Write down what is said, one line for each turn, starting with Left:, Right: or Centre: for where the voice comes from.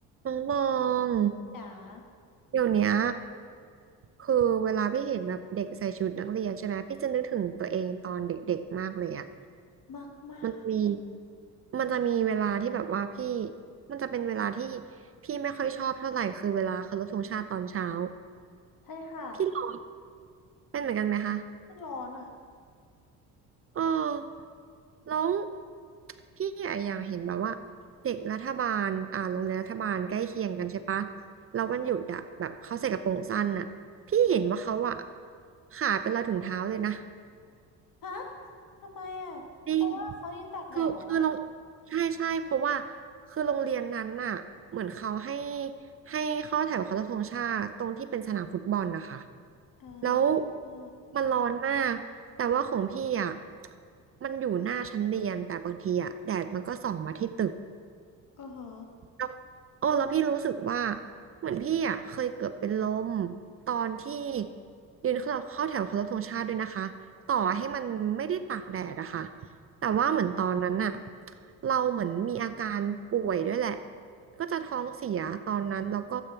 Right: น้องตอง
Left: หนา
Right: เดี๋ยวเนี้ยคือเวลาพี่เห็นแบบเด็กใส่ชุดนักเรียนใช่ไหมพี่จะนึกถึงตัวเองตอนเด็กๆมากเลยอ่ะ
Left: มากมาก
Right: มันมีมันจะมีเวลาที่แบบว่าพี่ มันจะเป็นเวลาที่พี่ไม่ค่อยชอบเท่าไหร่คือเวลาเคารพธงชาติตอนเช้า
Left: ใช่ค่ะ
Right: พี่ร้องเป็นเหมือนกันไหมคะ
Left: มันร้อนอ่ะ
Right: เออแล้วพี่อะอยากเห็นแบบว่าเด็กรัฐบาลอ่าโรงเรียนรัฐบาลใกล้เคียงกันใช่ปะแล้ววันหยุดอะแบบเขาใส่กระโปรงสั้นอะพี่เห็นว่าเขาอะขาดเป็นรอยถุงเท้าเลยนะ
Left: ฮะทำไมอ่ะเพราะว่าเขายืนตากแดดเหรอ
Right: จริงคือคือโรงใช่ใช่เพราะว่าคือโรงเรียนนั้นน่ะเหมือนเขาให้ให้เข้อแถวเคารพธงชาติตรงที่เป็นสนามฟุตบอลนะคะ
Left: อ่า
Right: แล้ว
Left: อ่า
Right: มันร้อนมากแต่ว่าของพี่อ่ะมันอยู่หน้าชั้นเรียนแต่บางทีอ่ะแดดมันก็ส่องมาที่ตึก
Left: อ่าฮะ
Right: แล้วโอ้แล้วพี่รู้สึกว่าเหมือนพี่อ่ะเคยเกือบเป็นลมตอนที่ยืนเข้าเข้าแถวเคารพธงชาติด้วยนะคะต่อให้มันไม่ได้ตากแดดอะค่ะแต่ว่าเหมือนตอนนั้นน่ะเราเหมือนมีอาการป่วยด้วยแหละก็จะท้องเสียตอนนั้นแล้วก็